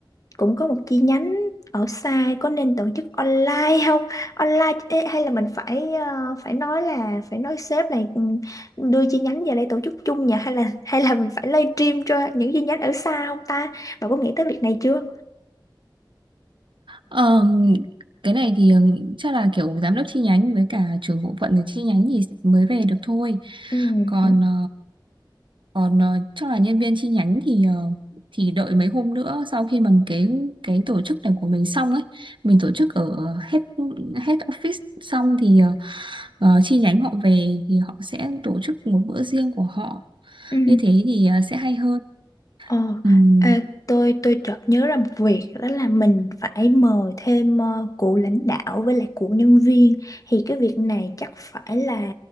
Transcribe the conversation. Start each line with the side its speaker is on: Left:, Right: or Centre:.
Left: cũng có một chi nhánh ở xa có nên tổ chức online không online ê, hay là mình phải ờ, phải nói là phải nói sếp là ừ, đưa chi nhánh về đây tổ chức chung nhỉ hay là hay là mình phải live stream cho những chi nhánh ở xa không ta bà có nghĩ tới việc này chưa
Right: Ờm, cái này thì ờ, chắc là kiểu giám đốc chi nhánh với cả trưởng bộ phận ở chi nhánh thì mới về được thôi
Left: ừ
Right: còn ờ, Còn ờ, chắc là nhân viên chi nhánh thì ờ, thì đợi mấy hôm nữa sau khi mà cái cái tổ chức này của mình xong ấy, mình tổ chức ở hết hết office xong thì ờ, ờ, chi nhánh họ về thì họ sẽ tổ chức một bữa riêng của họ.
Left: ừ
Right: Như thế thì ờ, sẽ hay hơn.
Left: Ờ,
Right: Ừm,
Left: à, tôi tôi chợt nhớ ra một việc đó là mình phải mời thêm ờ, cụ lãnh đạo với lại cụ nhân viên thì cái việc này chắc phải là